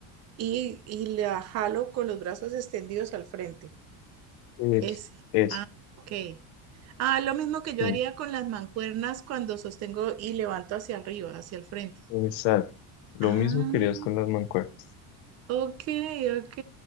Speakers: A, on the right (about 35°); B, on the left (about 55°).
A: y, y la jalo con los brazos extendidos al frente.
B: Es,
A: Ese.
B: es.
A: Ok. Ah, lo mismo que yo
B: sí.
A: haría con las mancuernas cuando sostengo y levanto hacia arriba, hacia el frente.
B: Exacto. Lo
A: Ah.
B: mismo querías con las mancuernas.
A: Ok, ok,